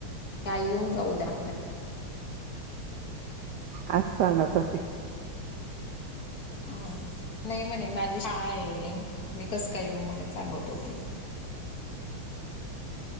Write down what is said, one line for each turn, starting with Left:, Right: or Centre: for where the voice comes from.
Left: आई येऊंन जाऊं त्यां उद्यां
Right: आंज सांगत हो ते.
Left: हां नाहीं म्हणे माझी शाळां आहे मी कसं कायं येऊं म्हणे सांगत होते.